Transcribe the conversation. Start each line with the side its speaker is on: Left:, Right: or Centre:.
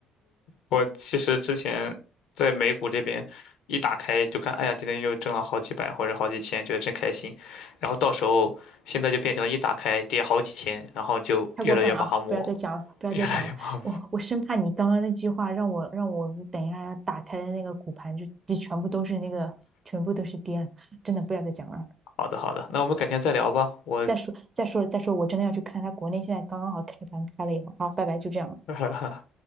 Left: 我其实之前在美股这边一打开就看，哎呀，今天又挣了好几百或者好几千，觉得真开心。然后到时候现在就变成了一打开跌好几千，然后就越来越麻木，
Right: 太过分了啊！不要再讲了，不要再讲了。
Left: 越来越麻木。
Right: 我我生怕你刚刚那句话让我让我等一下打开的那个骨盘就就全部都是那个全部都是跌了，真的不要再讲了。
Left: 好的，好的，那我们改天再聊吧。我
Right: 再说再说了再说，我真的要去看他国内现在刚刚好开盘开了以后，然后拜拜，就这样。
Left: <laughs>，